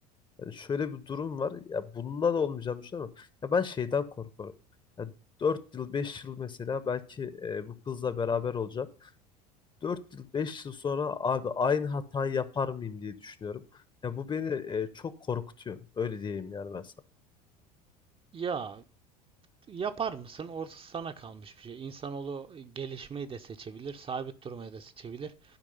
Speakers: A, on the left; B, on the right.
A: yani şöyle bir durum var. Ya bundan da olmayacağını düşünüyorum. Ya ben şeyden korkuyorum. Ya 4 yıl 5 yıl mesela belki e, bu kızla beraber olacağım. 4 yıl 5 yıl sonra abi aynı hatayı yapar mıyım diye düşünüyorum. Ya bu beni e, çok korkutuyor. Öyle diyeyim yani ben sana.
B: Ya yapar mısın? Orası sana kalmış bir şey. İnsanoğlu gelişmeyi de seçebilir, sabit durmayı da seçebilir,